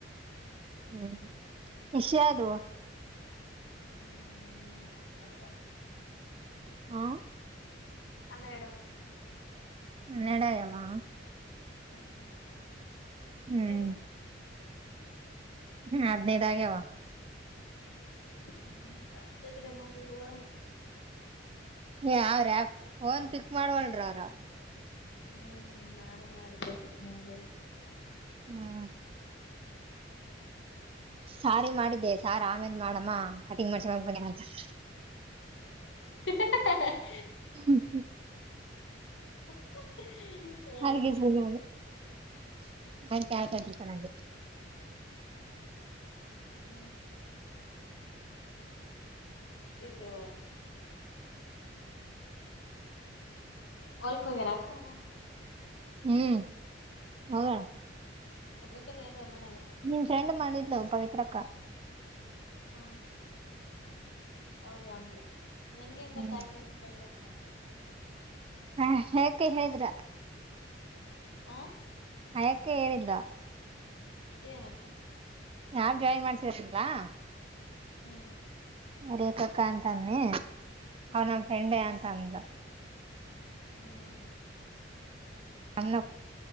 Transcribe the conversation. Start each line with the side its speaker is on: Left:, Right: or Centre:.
Right: ಹ್ಮ್ ಇಷ ಅದು
Left: ಹ್ಮ್ ಹನ್ನೆರಡು
Right: ಹಾ
Left: ಹನ್ನೆರ್ಡಾ?
Right: ಹನ್ನೆರಡ್ ಆಗ್ಯದ?
Left: ಹ್ಮ್
Right: ಹ್ಮ್
Left: ನೀವು
Right: ಹ್ಮ್ ಹದ್ನೈದ ಆಗ್ಯವ.
Left: ಹ್ಮ ಫಾಸ್ಟ್ ಅದಿರಮ್ಮ ನೀವು.
Right: ಏ ಅವ್ರ ಯ ಪೋನ್ ಪಿಕ್ ಮಾಡವಲ್ರ ಅವ್ರ.
Left: ಹ್ಮ್ ನಾನು ಮಾಡಿದ್ದೆ ಪಿಕ್ ಮಾಡ್ಲಿಲ್ಲ.
Right: ಹ್ಮ್ ಸಾರಿ ಮಾಡಿದೆ ಸಾರ್ ಆಮೇಲೆ ಮಾಡಮ್ಮ ಕಟಿಂಗ್ ಮಾಡ್ಸ್ಕೋಲಾಕ್ ಬಂದೆನ್ ಅಂತ ಅಂದ್ರ.
Left: ಹ <unintelligible>
Right: ಹ್ಮ ಹ್ಮ
Left: ಹ್ಮ್
Right: ಅದಕ್ಕೆ ಸುಮ್ನೆ ಆದೆ <unintelligible>
Left: ಹ್ಮ್ ಹಂ ಇದು ಹೋಲ್ಕ್ ಹೋಗ್ಯಾರ್ ಏನ್ ಭಾವಾ?
Right: ಹ್ಮ್ ಹೋಗ್ಯಾರ್.
Left: ಒಬ್ಬಕಿ ಅದಿ ಏನೋ ಅಲ್ ಮನ್ಯಾಗ?
Right: ನಿನ್ ಫ್ರೆಂಡ್ ಮಾಡಿದ್ಲು ಪವಿತ್ರಕ್ಕ.
Left: ಹಾ ಹೌದ ಅಂದ್ಲ ನೀನ್ಗ ಹೆಂಗ್
Right: ಹ್ಮ್
Left: ಗೊತ್ತ ಆಕೀ ನೀನ್ ಫ್ರೆಂಡ್ ಅಂತ್?
Right: ಹ <unintelligible> ಹೇಳಿದ್ರ.
Left: ಹ
Right: ಆಯಾಕ್ಕ ಹೇಳಿದ್ಲೂ.
Left: ಏನಂತ?
Right: ನಾವ್ ಜಾಯಿನ್ ಮಾಡ್ಸಿರ್ಲಿಲ್ಲಾ
Left: ಹ್ಮ್
Right: ರೇಕಕ್ಕಾ ಅಂತನ್ನಿ ಅವ್ರ ನಮ್ ಫ್ರೆಂಡ್
Left: ಹ್ಮ್
Right: ಅಂತ ಅಂದ್ಲು.
Left: ಹ್ಮ್
Right: ನಮ್ನು